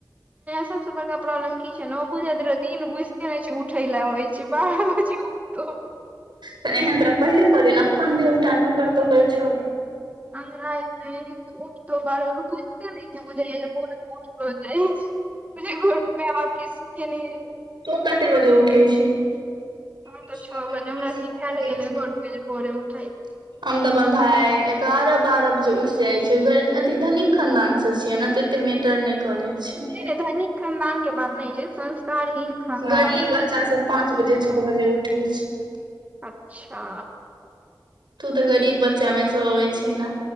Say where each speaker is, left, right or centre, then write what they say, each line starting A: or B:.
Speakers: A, on the right; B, on the right.
A: सबसँ बड़का प्रॉब्लम की छै न ओ बुझित र दिन बुझते नय छै उठै लए अइछ बारह बजे उ तऽ
B: तऽ एहन तोरा पहिले कहलियौ ने अपन दुनू टा नोकर तोकर छोर।
A: <unintelligible> <unintelligible> माए बाप किछ सीखेनेहे नय छै।
B: तु कते बजे उठै छिही? <unintelligible>
A: हम तऽ छओ बजे हमरा सिखायल गेलै घरमे जे भोरे उठै
B: हम तऽ अपन भाय इगार बार बजे उठि जाइ छीये अथ धनिक खानदान से छियै ने तऽ एते मे टर नै करैय छै
A: नहि धनिक खानदान के बात नहि छै संस्कारहीन खानदान
B: गरीब बच्चा सब पाँच बजे छ बजे उठै छै।
A: अच्छा।
B: तू तऽ गरीब बच्चा मे से अबै छी ना।